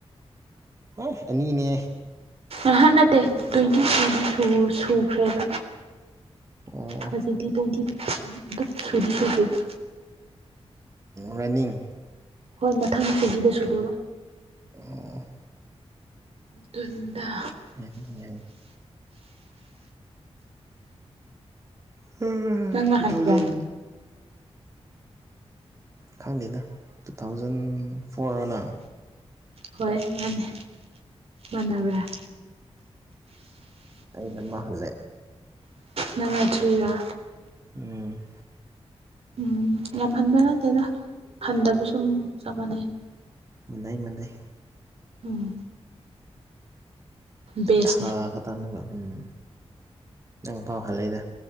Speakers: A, on the right; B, on the right.
A: ꯑꯁ ꯑꯅꯤꯅꯦ꯫
B: ꯑꯍꯥꯠ ꯅꯠꯇꯦ ꯇ꯭ꯋꯦꯟꯇꯤ ꯇꯨꯗꯤ ꯁꯨ ꯁꯨꯈ꯭ꯔꯦꯕ꯫
A: ꯑꯣ
B: ꯍꯧꯖꯤꯛꯇꯤ ꯇꯣꯋꯦꯟꯇꯤ ꯑꯗꯨ ꯁꯨꯗꯤ ꯁꯨꯗꯔꯤꯗ꯫
A: ꯔꯥꯅꯤꯡ꯫
B: ꯍꯣꯏ ꯃꯊꯪ ꯆꯍꯤꯗ ꯁꯨꯗꯧꯕ꯫
A: ꯑꯣ꯫
B: ꯗꯨꯟꯅ꯫
A: <unintelligible> ꯇꯨ
B: ꯅꯪꯅ ꯍꯟꯕ꯭ꯔꯥ
A: ꯊꯥꯎꯖꯟ꯫ ꯈꯪꯗꯦꯗ ꯇꯨ ꯊꯥꯎꯖꯟ ꯖꯟ ꯐꯣꯔ ꯔꯥ ꯅꯪ꯫
B: ꯍꯣꯏ ꯃꯥꯅꯤ꯫ ꯃꯥꯟꯅꯕꯔꯥ꯫
A: ꯑꯩ ꯑꯃꯥ ꯍꯥꯜꯂꯦ꯫
B: ꯅꯪꯅ ꯊ꯭ꯔꯤꯔ꯫
A: ꯎꯝ꯫
B: ꯎꯝ ꯌꯥꯝ ꯍꯟꯕ ꯅꯠꯇꯦꯗ꯫ ꯍꯟꯗꯕ ꯁꯨꯝ ꯆꯞ ꯃꯥꯟꯅꯩ꯫
A: ꯃꯥꯅꯩ ꯃꯥꯅꯩ꯫
B: ꯎꯝ ꯕꯦꯁꯅꯦ
A: ꯊꯥ ꯈꯇꯪꯗ ꯎꯝ꯫ ꯅꯪ ꯐꯥꯎ ꯍꯥꯜꯂꯦꯗ꯫꯫